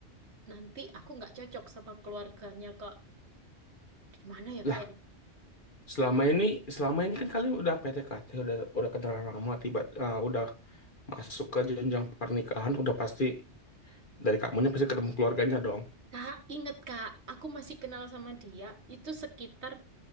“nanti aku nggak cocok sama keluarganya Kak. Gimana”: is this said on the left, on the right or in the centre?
Right